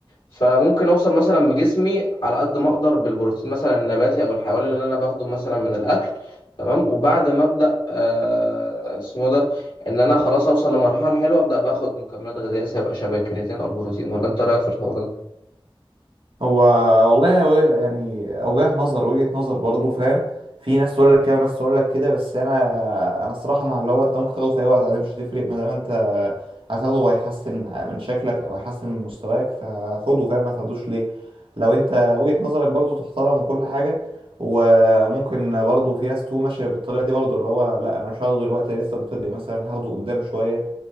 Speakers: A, on the left; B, on the right.
A: فممكن اوصل مثلا بجسمي على قد ما اقدر بالبروتين مثلا النباتي او الحيواني اللي انا باخده مثلا من الاكل تمام وبعد ما ابدا آه اسمه ده ان انا خلاص اوصل لمرحله حلوه ابدا باخد مكملات غذائيه سواء شبه الكرياتين او البروتين ولا انت رايك في الحوار ده
B: هو والله هو يعني اوجه نظر وجهة نظر برضو فاهم في ناس تقول لك كده وناس تقول لك كده بس انا انا الصراحه مع اللي هو انت ممكن تاخده في اي وقت عادي مش هتفرق ما دام انت هتاخده وهيحسن من شكلك او هيحسن من مستواك فخده فاهم ما تاخدوش ليه لو انت وجهة نظرك برضو تحترم وكل حاجه وممكن برضو في ناس تكون ماشيه بالطريقه دي برضو اللي هو لا انا مش هاخده دلوقتي لسه مبتدئ مثلا هاخده قدام شويه